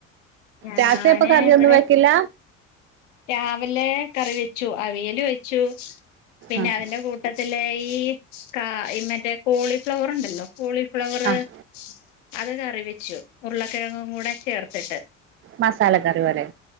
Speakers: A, on the left; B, on the right.
A: ഞാന്
B: രാത്രി അപ്പൊ കറിയൊന്നും
A: ഇവിടെ
B: വെക്കില്ല
A: രാവിലെ കറി വെച്ചു അവിയൽ വെച്ചു പിന്നെ
B: ആഹ്
A: അതിന്റെ കൂട്ട ത്തില് ഈ കാ ഈ മറ്റേ കോളിഫ്ലവറുണ്ടല്ലോ കോളി ഫ്ലവറ്
B: ആഹ്
A: അത് കറി വെച്ചു ഉരുളക്കിഴങ്ങും കൂടെ ചേർത്തിട്ട്
B: മസാലക്കറി പോലെ